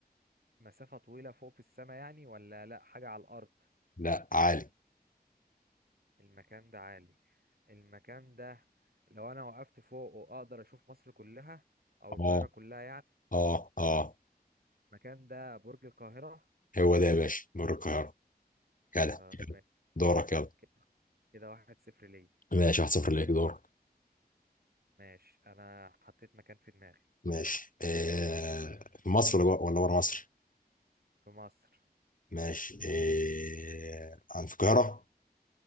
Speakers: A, on the right (about 70°); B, on the left (about 55°).
A: مسافة طويلة فوق في السماء يعني ولا لا حاجة على الأرض
B: لا عالي
A: المكان ده عالي المكان ده لو أنا وقفت فوق وأقدر أشوف مصر كلها أو
B: اه
A: القاهرة كلها يعني
B: اه اه
A: المكان ده برج القاهرة
B: هو ده يا باشا مر القاهرة جدع
A: خلاص
B: يلا.
A: ماشي
B: دورك يلا
A: كده كده واحد صفر ليا
B: ماشي واحد صفر ليك دورك
A: ماشي أنا حطيت مكان في دماغي
B: ماشي آه في مصر ولا جوه- ولا بره مصر؟
A: في مصر
B: ماشي آه عن في القاهرة